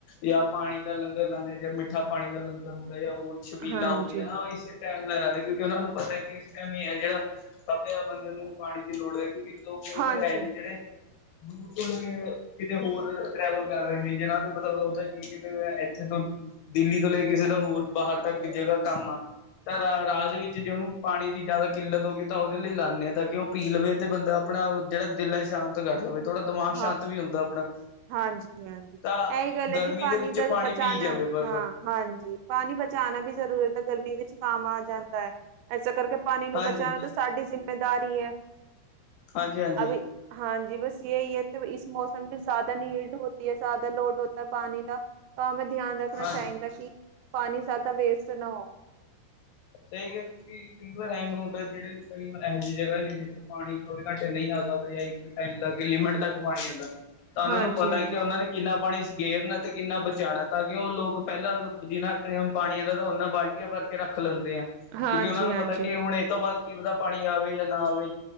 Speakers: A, on the left; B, on the right.
A: ਜਾਂ ਪਾਣੀ ਦਾ ਲੰਗਰ ਲਾਉਦੇ ਜਾਂ ਮਿੱਠਾ ਪਾਣੀ ਦਾ ਲੰਗਰ ਹੁੰਦਾ ਜਾਂ ਹੋਰ ਛਬੀਲਾ
B: ਹਾਂਜੀ।
A: ਹੁੰਦੀਆਂ ਨਾ ਇਸੇ। ਟੈਮ ਨਾਲੇ ਲੈਲੇ ਕਿਉਂਕਿ ਉਹਨਾ ਨੂੰ ਪਤਾ, ਕਿ ਇਸ ਟਾਈਮ ਹੀ ਹੈ ਜਿਹੜਾ ਸਭ ਜ਼ਿਆਦਾ ਬੰਦੇ ਨੂੰ ਪਾਣੀ ਦੀ ਲੋੜ ਹੋ ਹੈ ਕਿਉਂਕ ਲੋਕ ਕਈ
B: ਹਾਂਜੀ।
A: ਵਾਰ ਹੈ ਜੇ ਜਿਹੜੇ, ਦੂਰ ਕਿਤੇ ਹੋਰ ਟਰੈਵਲ ਕਰ ਰਹੇ ਨੇ, ਜਿਹਨਾਂ ਦਾ ਮਤਲਬ ਉਹਦਾ ਜ ਕਿਤੇ ਇੱਥੇ ਤੋਂ ਦਿੱਲੀ ਤੋਂ ਲੈ ਕਿਸੇ ਦਾ ਹੋਰ ਬਾਹਰ ਤੱਕ ਜਗ੍ਹਾ ਕੰਮ ਆ ਤਾਂ ਰਾਤ ਜੇ ਉਹਨੂੰ ਪਾਣੀ ਦੀ ਜ਼ਿਆਦਾ ਕਿੱਲਤ ਹੋ ਗਈ, ਤਾਂ ਉਹਦੇ ਲਈ ਲਾਉਂਦੇ ਹਾਂ ਤਾਂ ਕਿ ਉਹ ਪੀ ਲਵੇ ਤੇ ਬੰਦਾ ਆਪਣਾ ਜਿਹੜਾ ਦਿਲ ਹੈ ਸ਼ਾਂਤ ਕਰ ਲਵੇ, ਥੋੜਾ ਦਿਮਾਗ
B: ਹਾਂਜੀ,
A: ਸ਼ਾਂਤ ਵੀ ਹੁੰਦਾ ਆਪਣਾ
B: ਹਾਂਜੀ ਹਾਂਜੀ,
A: ਤਾਂ
B: ਇਹੀ ਗੱਲ ਹੈ
A: ਗਰਮੀ
B: ਜੀ ਪਾਣੀ
A: ਦੇ ਵਿੱਚ
B: ਦਾ ਬਚਾਨਣਾ
A: ਪੀ ਜਾਵੇ ਬਰ
B: ਹਾਂ
A: ਬਰ
B: ਹਾਂਜੀ ਪਾਣੀ ਬਚਾਉਣਾ ਵੀ ਜ਼ਰੂਰੀਤ ਗਰਮੀ ਵਿੱਚ ਕਮ ਆ ਜਾਂਦਾ ਹੈ, ਇਸੇ ਕਰਕੇ ਪਾਣੀ ਨੂੰ
A: ਹਾਂਜੀ
B: ਬਚਾਉਣ ਤੇ ਸਾਡੀ ਜਿੰਮੇਦਾਰੀ ਹੈ,
A: ਹਾਂਜੀ ਹਾਂਜੀ
B: ਅਭੀ ਹਾਂਜੀ ਬਸ ਇਹ ਤਾਂ ਇਸ ਮੌਸਮ ਪ ਜ਼ਿਆਦਾ ਨੀਡ ਹੋਤੀ ਹੈ, ਜ਼ਿਆਦਾ ਲੋਡ ਹੋਤਾ ਹੈ ਪਾਣੀ ਦਾ ਤਾਂ ਹਮੈਂ ਧਿਆਨ ਰੱਖਣਾ
A: ਹਾਂਜੀ
B: ਚਾਹੀਦਾ ਕਿ, ਪਾਣੀ ਜ਼ਿਆਦਾ ਵੇਸਟ ਨਾ ਹੋ।
A: ਸਹੀ ਕਿਹਾ ਕਈ ਵਾਰ ਐਵੇਂ ਹੁੰਦੈ ਜਿਹੜੇ ਕਈ ਵਾਰ ਇਹੋ ਜਿਹੀ ਜਗ੍ਹਾ ਨੇ ਜਿੱਥੇ ਪਾਣੀ ਚੌਵੀ ਘੰਟੇ ਨਹੀਂ ਆ ਸਕਦੇ ਜਾਂ ਟਾਇਮ ਤੱਕ ਲਿਮਿਟ ਤੱਕ ਪਾਣੀ ਆਂਦਾ ਤਾਂ ਉਹਨਾਂ
B: ਹਾਂਜੀ
A: ਨੂੰ ਪਤਾ
B: ਹਾਂਜੀ।
A: ਕਿ ਉਹਨਾਂ ਨੇ ਕਿੰਨਾ ਪਾਣੀ ਕੇਰਨਾ ਤੇ ਕਿੰਨਾ ਬਚਾਣਾ ਤਾਂ ਕਿ ਉਹ ਲੋਕ ਪਹਿਲਾਂ ਜਿੰਨਾ ਟੈਮ ਪਾਣੀ ਆਂਦੈ ਤਾਂ ਉਹਨਾਂ ਬਾਲਟੀਆਂ ਭਰ ਕੇ ਰੱਖ ਲੈਂਦੇ ਆ ਕਿਉਂਕਿ
B: ਹਾਂਜੀ
A: ਉਹਨਾਂ ਨੂੰ
B: ਹਾਂਜੀ
A: ਪਤਾ ਕਿ ਹੁਣ ਇਹ ਤੋਂ ਬਾਅਦ ਕਿ ਪਤਾ ਪਾਣੀ ਆਵੇ ਯਾ ਨਾ ਆਵੇ